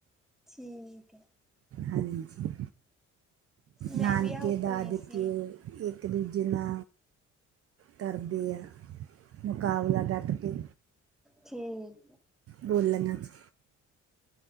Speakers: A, in the centre; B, on the right.
A: ਠੀਕ ਹੈ।
B: ਹਾਂਜੀ,
A: ਮੈਂ
B: ਨਾਨਕੇ-
A: ਵੀ ਆਓ
B: ਦਾਦਕੇ
A: ਗਈ ਸੀ
B: ਇੱਕ-ਦੂਜੇ ਨਾ ਕਰਦੇ ਆ ਮੁਕਾਬਲਾ ਡਟ ਕੇ।
A: ਠੀਕ।
B: ਬੋਲੀਆਂ 'ਚ